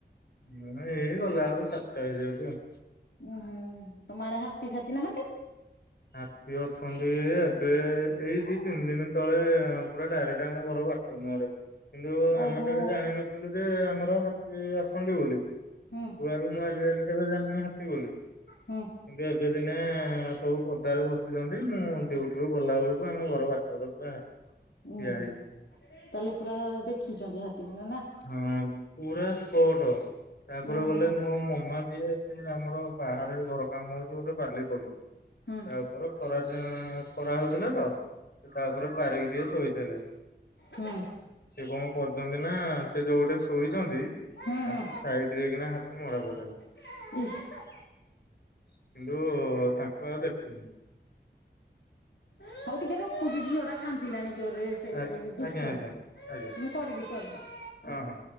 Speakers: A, on the left; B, on the left.
A: ହଁ ଏଇ ଗଲା ବେଳକୁ ସାତଟା ହେଇଯାଉଚି ଆଉ।
B: ଓ ହୋ ତମ ଆଡେ ହାତୀ ଭାତି ନାହାନ୍ତି?
A: ହାତୀ ଅଛନ୍ତି ଏବେ ଏଇ ଦି ତିନି ଦିନ ତଳେ ପୁରା ଡାଇରେକ୍ଟ ଆମ ଘର ବା ନରେ କିନ୍ତୁ
B: ଓହୋ
A: ଆମେ କେବେ ଜାଣିିନଥିଲୁ ଯେ ଆମର ହାତୀ ଆସନ୍ତି ବୋଲି।
B: ହୁଁ
A: ଛୁଆରୁ ମୁଁ ଆଜିକାଲି କେବେ ଜାଣିନି ହାତୀ ବୋଲି କିନ୍ତୁ
B: ହୁଁ।
A: ଏବେ ଦିନେ ସବୁ ପଦାରେ ବସିଛନ୍ତି ମୁଁ ଡ୍ୟୁଟିରୁ ଗଲାବେଳକୁ ଆମ ଘର ବାଟରେ ପୁରା ହାତୀ। ଠିଆ
B: ଓଃ
A: ହେଇଛି
B: ତାହେଲେ ପୁରା ଦେଖିଛନ୍ତି ହାତୀକୁ ନା ନା।
A: ହଁ ପୁରା ସ୍ପଟ୍ ତାପରେ
B: ଉଁ
A: ଗଲେ
B: ହୁଁ
A: ମୋ ମାମା ଯିଏ ସେ ଆମର ବାହାରେ ଘର କାମ ହଉଛି ଗୋଟେ ବାଲି ପଡିିଚି।
B: ହୁଁ।
A: ତା ଉପର ଖରା <unintelligible> ଖରା ହଉଥିଲା ତ। ତାପରେ ପାରିକି ଟିକେ ଶୋଇଥିଲେ।
B: ହୁଁ।
A: ସେ କଣ କରିଛନ୍ତି ନା ସେ ଯୋଉ ଗୋଟେ ଶୋଇଛନ୍ତି
B: ହୁଁ
A: ତାଙ୍କ
B: ହୁଁ
A: ସାଇଡରେ କିନା ହାତୀ ମଡା ପକେଇଲା।
B: <unintelligible>
A: କିନ୍ତୁ ତାଙ୍କୁ ଆଉ ଦେଖିନି।
B: ହୋଉ ଟିକେ ରଖୁଚି ଝିଅ ଟା କାନ୍ ନ୍ଦିଲାନି ଜୋରେ ସେ
A: ଆଜ୍ଞା
B: ଦୁଷ୍ଟ
A: ଆଜ୍ଞା
B: ମୁଁ
A: ଆଜ୍ଞା
B: କରିବି କରିବି
A: ହଁ ହଁ।